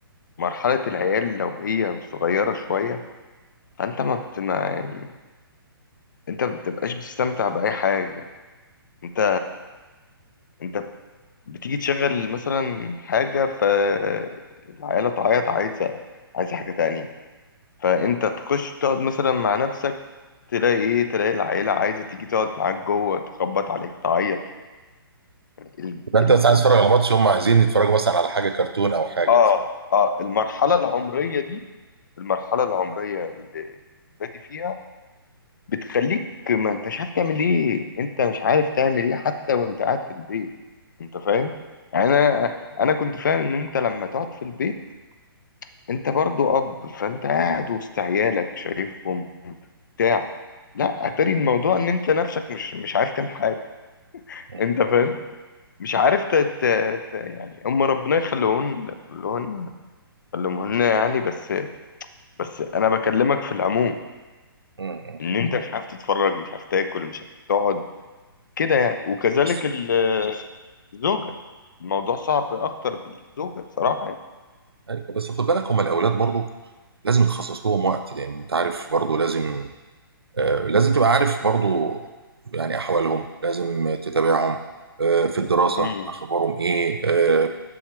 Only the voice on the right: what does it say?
يبقى انت
بس عايز
تتفرج على ماتش هم عايزين يتفرجوا مثلا على حاجة كرتون او حاجة
مم.
مم.
بس
ايوه بس خد بالك هم الاولاد برضو لازم يتخصص لهم وقت لان انت عارف برضو لازم آه، لازم تبقى عارف برضو يعني احوالهم لازم تتابعهم آه، في الدراسة
اخبارهم ايه آه،